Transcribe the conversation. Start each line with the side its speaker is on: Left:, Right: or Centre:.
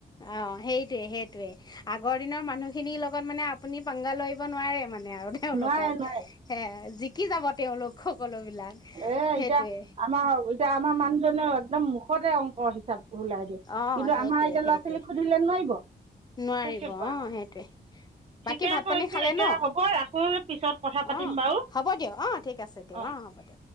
Left: অ সেইটোৱে সেইটোৱে। আগৰ দিনৰ মানুহখিনিৰ লগত মানে আপুনি পাংগা লৰিব নোৱাৰে। মানে আৰু তেওঁলোকক
Right: নোৱাৰে নোৱাৰে
Left: সেয়ে যি। কি যাব তেওঁলোক সকলো। বিলাক
Right: এ এতিয়া
Left: সেইটোৱে
Right: আমাৰ এতিয়া আমাৰ মানুহজনে একদম। খতে অংক হিচাপ। ওলাই দিয়ে
Left: অ',
Right: কিন্তু
Left: সেইটোৱে
Right: আমাৰ এতিয়া
Left: সেইটোৱে
Right: ল'ৰা-ছোৱালীক সুধিলে নোৱাৰিব
Left: নোৱাৰিব
Right: কৈছে
Left: অ',
Right: ব
Left: সেইটোৱে বাকী
Right: ঠিকে
Left: ভাত
Right: কৈছে
Left: পানী খালে
Right: এতিয়া
Left: ন
Right: হ'ব আকৌ পিছত কথা পাতিম
Left: অ',
Right: বাৰু
Left: হ'ব দিয়ক অ', ঠিক আছে দিয়ক
Right: অ।
Left: হ'ব দিয়ক